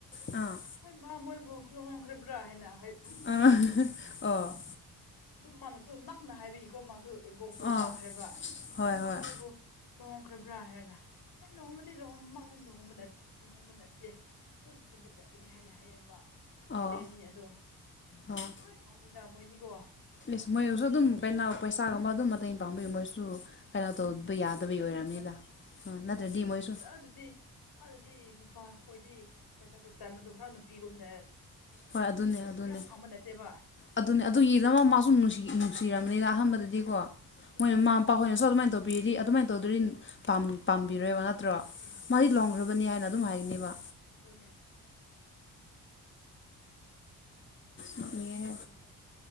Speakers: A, on the left; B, on the left.
A: ꯑꯥ꯫
B: ꯍꯩꯃꯥ ꯃꯣꯏꯕꯨ ꯂꯨꯍꯣꯡꯈ꯭ꯔꯕ꯭ꯔꯥ ꯍꯥꯏꯅ ꯍꯥꯏ
A: ꯑ ꯑꯣ꯫
B: ꯑꯗꯨꯝ ꯃꯥꯅꯁꯨ ꯅꯛꯅ ꯍꯥꯏꯕꯤꯀꯣ ꯃꯥꯁꯨ ꯏꯕꯣꯛꯁꯨ
A: ꯑꯥ
B: ꯉꯛꯈ꯭ꯔꯦꯕ
A: ꯍꯣꯏ
B: ꯏꯃꯥ
A: ꯍꯣꯏ
B: ꯃꯣꯏꯕꯨ ꯂꯨꯍꯣꯡꯈ꯭ꯔꯕ꯭ꯔꯥ ꯍꯥꯏꯔꯒ ꯍꯥꯏ ꯂꯨꯍꯣꯡꯕꯗꯤ ꯂꯨꯍꯣꯡ ꯃꯥꯗꯤ ꯂꯨꯍꯣꯡꯕ ꯅꯠ ꯂꯨꯍꯣꯡꯕ ꯅꯠꯇꯦ ꯑꯗꯨꯝ ꯊꯤꯟꯕ ꯆꯠꯄꯅꯦ ꯍꯥꯏꯅ ꯍꯥꯏꯌꯦꯕ꯫ ꯍꯣꯂꯤꯗꯦꯅꯤ
A: ꯑꯣ
B: ꯑꯗꯣ
A: ꯑꯣ
B: ꯂꯣꯏ ꯈꯡꯉꯝꯃꯅꯤꯗ ꯃꯣꯏꯗꯤꯒꯣ
A: ꯏꯁ ꯃꯣꯏꯁꯨ ꯑꯗꯨꯝ ꯀꯩꯅꯣ ꯄꯩꯁꯥꯒꯨꯝꯕ ꯑꯗꯨꯝ ꯃꯇꯦꯡ ꯄꯥꯡꯕꯤ ꯃꯣꯏꯁꯨ ꯀꯩꯅꯣ ꯇꯧꯕ ꯌꯥꯗꯕꯒꯤ
B: ꯑꯣꯏꯔꯝꯅꯤ
A: ꯑꯣꯏꯔꯝꯅꯤꯗ ꯑꯥ ꯅꯠꯇ꯭ꯔꯗꯤ ꯃꯣꯏꯁꯨ
B: ꯗꯨꯗꯤ ꯑꯗꯨꯗꯤ ꯅꯨꯄꯥ ꯈꯣꯏꯗꯤ ꯄꯩꯁꯥꯗꯣ ꯇꯥꯟꯕꯗꯣ ꯈꯔ ꯅꯨꯄꯤꯒꯨꯝꯅ
A: ꯍꯣꯏ
B: ꯑꯗꯨꯝ
A: ꯑꯗꯨꯅꯦ ꯑꯗꯨꯅꯦ
B: ꯌꯥꯝ ꯐꯪꯕ ꯅꯠꯇꯦꯕ
A: ꯑꯗꯨꯅꯦ ꯑꯗꯨꯒꯤꯗꯃꯛ
B: ꯑꯗꯨ
A: ꯃꯥꯁꯨ ꯅꯨꯡꯁꯤ ꯅꯨꯡꯁꯤꯔꯝꯅꯤꯗ ꯑꯍꯥꯟꯕꯗꯗꯤꯀꯣ
B: ꯎꯝ ꯑꯗꯨꯅꯦ
A: ꯃꯣꯏ ꯃꯃꯥ ꯄꯥꯍꯣꯏꯅꯁꯨ ꯑꯗꯨꯃꯥꯏꯅ ꯇꯧꯕꯤꯔꯤ ꯑꯗꯨꯃꯥꯏꯅ ꯇꯧꯗꯔ꯭ꯗꯤ ꯄꯥꯝ ꯄꯥꯝꯕꯤꯔꯣꯏꯕ ꯅꯠ ꯇ꯭ꯔꯣ
B: ꯎꯝ
A: ꯃꯥꯗꯤ ꯂꯨꯍꯣꯡꯈ꯭ꯔꯕꯅꯦ ꯍꯥꯏꯅ ꯑꯗꯨꯝ ꯍꯥꯏꯒꯅꯤꯕ
B: ꯗꯨꯅꯦ
A: ꯅꯣꯛꯅꯦꯍꯦ
B: ꯑꯗꯨꯝ ꯇꯧꯅꯤꯗ